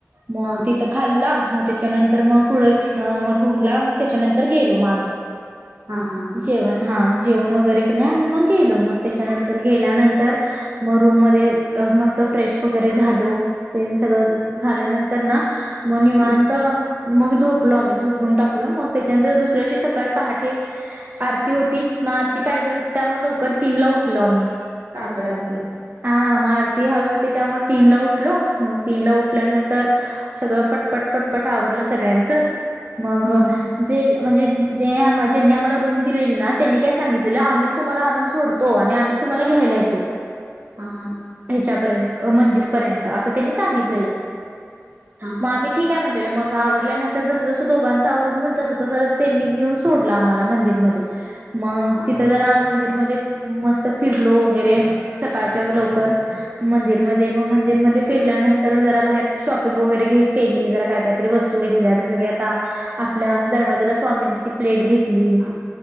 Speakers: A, on the right; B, on the right.
A: मग
B: हा
A: तिथ खाल्ला मग त्याच्यानंतर मग फुडं मग ठुबला मग त्याच्यानंतर गेलो मग आम्ही.
B: हा हा.
A: जेवण हा जेवण वगैरे क नाही आम्ही मग गेलो मग त्याच्यानंतर गेल्यानंतर मग रूम मध्ये मस्त फ्रेश वगैरे झालो. तेन सगळं झाल्यानंतर ना म निवांत
B: हम्म,
A: मग झोपलो आम्ही झोपून टाकल मग त्याच्यानंतर
B: हा.
A: दुसऱ्याशी सकाळी पहाटे आरती होती ना आरती पाहिजेल होती त्यामुळे लवकर तीन ला उठलो आम्ही.
B: काकड आरती.
A: हा... मग आरती हवी होती... त्यामुळे तीनला उठलो... मग तीनला उठल्यानंतर सगळं... पटपट पटपट आवरलं सगळ्यांचंच... मग
B: हम्म
A: जे म्हणजे जे... आ... ज्यांनी आम्हाला रूम दिलेली ना... त्यांनी काय सांगितलेलं.. आम्हीच तुम्हाला आणून सोडतो. तो आणि आम्हीच तुम्हाला घ्यायला येतो.
B: हा हां.
A: ह्याच्यापर्यंत... मंदिर पर्यंत... असं त्यांनी सांगितलेलं...
B: हा हा
A: मग आम्ही ठीक हाय म्हटलेलं... मग आवरल्यानंतर जसं जसं दोघांच आवरून होईल... तसं तसं त्यांनीच येऊन सोडलं आम्हाला मंदिरमध्ये. मग
B: हा
A: तिथं जरा मंदिरमध्ये... मस्त फिरलो वगैरे सकाळच्या लवकर मंदिरमध्ये... मग मंदिरमध्ये फिरल्यानंतर... जरा बाहेर शॉपिंग वगैरे... घ... केली... जरा काय कायतरी वस्तू -तू घेतल्या जसं की आता... आपल्या दरवाज्याला स्वामींची प्लेट घेतली
B: हा